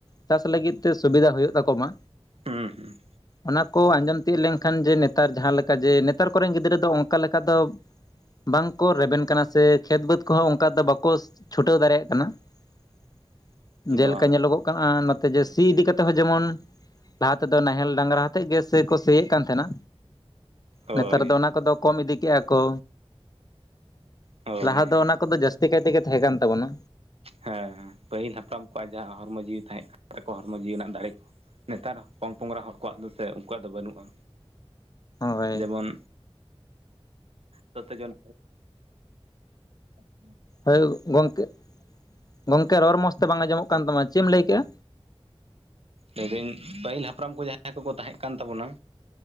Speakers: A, on the left; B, on the right.
A: ᱪᱟᱥ ᱞᱟᱹᱜᱤᱫ ᱛᱮ ᱥᱩᱵᱤᱫᱟ ᱦᱩᱭᱩᱜ ᱛᱟᱠᱚ ᱢᱟ
B: ᱦᱩᱸ ᱦᱩᱸ
A: ᱚᱱᱟ ᱠᱚ ᱟᱸᱡᱚᱢ ᱛᱤᱭᱳᱜ ᱞᱮᱝᱠᱷᱟᱱ ᱡᱮ ᱱᱮᱛᱟᱨ ᱡᱟᱦᱟᱸ ᱞᱮᱠ ᱠᱟ ᱡᱮ ᱱᱮᱛᱟᱨ ᱠᱚᱨᱮᱱ ᱜᱤᱫᱽᱨᱟᱹ ᱫᱚ ᱚᱝᱠᱟ ᱞᱮᱠᱟ ᱫᱚ ᱵᱟᱝᱠᱚ ᱨᱮᱵᱮᱱ ᱠᱟᱱᱟ ᱥᱮ ᱠᱷᱮᱛ ᱵᱟᱹᱫᱽ ᱠᱚᱦᱚᱸ ᱚᱝᱠᱟ ᱫᱚ ᱵᱟᱠᱚ ᱪᱷᱩᱴᱟᱹᱣ ᱫᱟᱨᱮᱭᱟᱜ ᱠᱟᱱᱟ <inaudible>
B: ᱵᱟᱝ
A: ᱡᱮᱞᱮᱠᱟ ᱧᱮᱞᱚᱜᱚᱜ ᱠᱟᱱᱟ ᱱᱚᱛᱮ ᱡᱮ ᱥᱤ ᱤᱫᱤ ᱠᱟᱛᱮ ᱦᱚᱸ ᱡᱮᱢᱚᱱ ᱞᱟᱦᱟ ᱛᱮᱫᱚ ᱱᱟᱦᱮᱞ ᱰᱟᱝᱨᱟ ᱛᱮᱫ ᱜᱮ ᱥᱮ ᱠᱚ ᱥᱮᱭᱮᱜ ᱠᱟᱱ ᱛᱟᱸᱦᱮᱱᱟ
B: ᱦᱳᱭ
A: ᱱᱮᱛᱟᱨ ᱫᱚ ᱚᱱᱟ ᱠᱚᱫᱚ ᱠᱚᱢ ᱤᱫᱤ ᱠᱮᱜᱼᱟ ᱠᱚ
B: ᱦᱳᱭ
A: ᱞᱟᱦᱟ ᱫᱚ ᱚᱱᱟ ᱠᱚᱫᱚ ᱡᱟᱹᱥ <unintelligible> ᱛᱷᱟᱦᱮᱸ ᱠᱟᱱ ᱛᱟᱵᱚᱱᱟ
B: ᱦᱮᱸ ᱦᱮᱸ ᱯᱟᱹᱦᱤᱞ ᱦᱟᱯᱲᱟᱢ ᱠᱚᱣᱟᱜ ᱡᱟᱦᱟᱸ ᱦᱚᱲᱢᱚ ᱡᱤᱣᱤ ᱛᱟᱦᱮᱸ ᱠᱟᱱ ᱛᱟᱠᱚᱣᱟ ᱦᱚᱲᱢᱚ ᱡᱤᱣᱤ ᱨᱮᱱᱟᱜ ᱫᱟᱲᱮ ᱠᱚ ᱱᱮᱛᱟᱨ ᱯᱚᱝ ᱯᱚᱝᱨᱟ ᱦᱚᱨ ᱠᱚᱣᱟᱜ ᱫᱚ ᱥᱮ ᱩᱱᱠᱩᱣᱟᱜ ᱫᱚ ᱵᱟᱹᱱᱩᱜᱼᱟ
A: ᱦᱳᱭ
B: ᱡᱮᱢᱚᱱ ᱛᱚᱛᱚ ᱡᱚᱱ <inaudible>
A: ᱦᱳᱭ ᱜᱚᱝᱠᱮ ᱜᱚᱝᱠᱮ ᱨᱚᱨ ᱢᱚᱡᱽ ᱛᱮ ᱵᱟᱝ ᱟᱸᱡᱚᱢᱚᱜ ᱠᱟᱱ ᱛᱟᱢᱟ ᱪᱮᱜ ᱮᱢ ᱞᱟᱹᱭ ᱠᱮᱜᱼᱟ
B: ᱞᱟᱹᱭ ᱫᱟᱹᱧ ᱯᱟᱹᱦᱤᱞ ᱦᱟᱯᱲᱟᱢ ᱠᱚ ᱡᱟᱦᱟᱸᱭ ᱠᱚᱠᱚ ᱛᱟᱦᱮᱸᱜ ᱠᱟᱱ ᱛᱟᱵᱚᱱᱟ